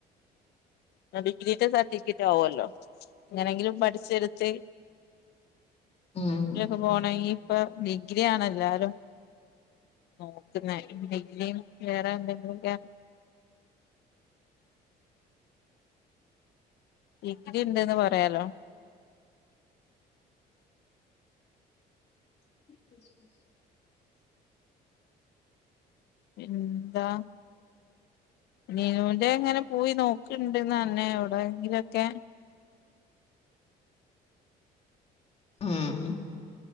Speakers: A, on the left (about 75°); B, on the left (about 40°).
A: ന്നാ ഡിഗ്രീന്റെ സർട്ടിഫിക്കറ്റ് ആവോല്ലോ എങ്ങനെങ്കിലും പഠിച്ചെടുത്ത്
B: ഉം
A: <unintelligible> പോണെങ്കി ഇപ്പ ഡിഗ്രി ആണെല്ലാരും നോക്ക്ന്നാല് <unintelligible> വേറെ എന്തെങ്കിലൊക്കെ ഡിഗ്രി ഇണ്ട്ന്ന് പറയാലോ
B: <inaudible>
A: എന്താ നിനൂന്റെ എങ്ങനെ പോയി നോക്ക്ണ്ട്ന്നർഞ്ഞെ എവിടെങ്കിലൊക്കെ
B: ഉം